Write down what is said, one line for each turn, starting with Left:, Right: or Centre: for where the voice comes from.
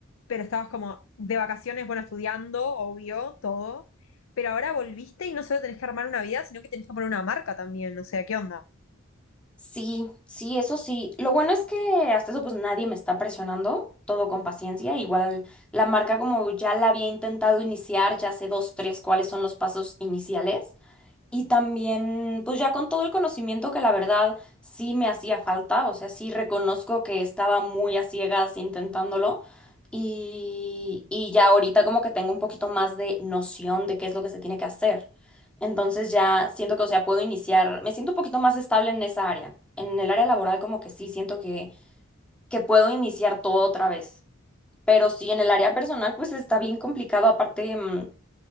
Left: pero estabas como de vacaciones, bueno, estudiando, obvio, todo, pero ahora volviste y no solo tenés que armar una vida, sino que tenés que poner una marca también, o sea, ¿qué onda?
Centre: Sí, sí, eso sí. Lo bueno es que hasta eso pues nadie me está presionando, todo con paciencia. Igual la marca como ya la había intentado iniciar, ya sé dos, tres cuáles son los pasos iniciales. Y también, pues ya con todo el conocimiento que la verdad sí me hacía falta, o sea, sí reconozco que estaba muy a ciegas intentándolo y, y ya ahorita como que tengo un poquito más de noción de qué es lo que se tiene que hacer. Entonces ya siento que, o sea, puedo iniciar, me siento un poquito más estable en esa área. En el área laboral como que sí siento que, que puedo iniciar todo otra vez. Pero sí, en el área personal pues está bien complicado, aparte... mm,